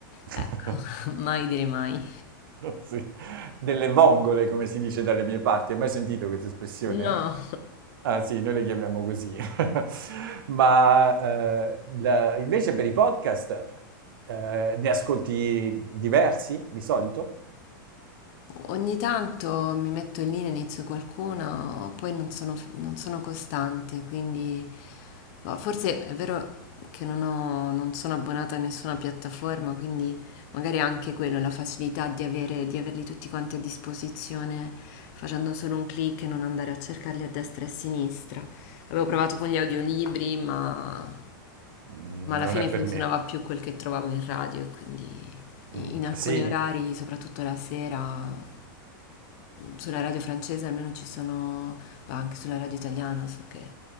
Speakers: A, on the right; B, on the left.
A: <laughs>
B: Ecco, <laughs> mai dire mai.
A: Sì. Delle vongole, come si dice dalle mie parti. Hai mai sentito questa espressione?
B: No.
A: Ah, sì, noi le chiamiamo così. <laughs> Ma eh, la- invece per i podcast eh, ne ascolti diversi di solito?
B: Ogni tanto mi metto lì, ne inizio qualcuna, poi non sono, non sono costante, quindi ma forse è vero che non ho- non sono abbonata a nessuna piattaforma, quindi magari anche quello, la facilità di avere, di averli tutti quanti a disposizione facendo solo un clic e non andare a cercarli a destra e a sinistra. Avevo provato con gli audiolibri, ma,
A: Mm,
B: ma alla
A: Non
B: fine
A: è per
B: funzionava
A: me.
B: più quel che trovavo in radio e quindi i-
A: mm,
B: in alcuni
A: Sì.
B: orari, soprattutto la sera sulla radio francese almeno ci sono, ma anche sulla radio italiana, so che